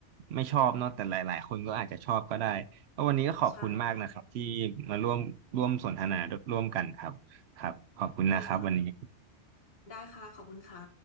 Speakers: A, on the right; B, on the left.
A: ไม่ชอบเนาะแต่หลายๆคนก็อาจจะชอบก็ได้แล้ววันนี้ก็ขอบคุณมากนะครับที่มาร่วมร่วมสนทนาร่วมกันครับครับขอบคุณนะครับวันนี้
B: ใช่ค่ะ ได้ค่ะ ได้ค่ะขอบคุณค่ะ